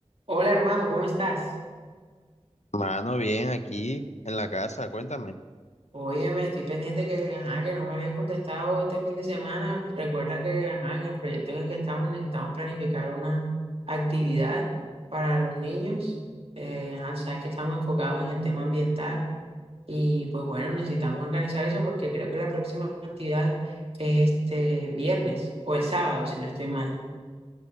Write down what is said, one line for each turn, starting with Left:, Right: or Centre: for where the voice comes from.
Right: Hola hermano, ¿cómo estás?
Left: Mano, bien, aquí en la casa, cuéntame.
Right: Óyeme, estoy pendiente que, ajá, que no me habías contestado este fin de semana. Recuerda que, ajá, en el proyecto en el que estamos necesitamos planificar una actividad para los niños. Eh, ajá, sabes que estamos enfocados en el tema ambiental y pues bueno, necesitamos organizar eso porque creo que la próxima actividad es este viernes o el sábado, si no estoy mal.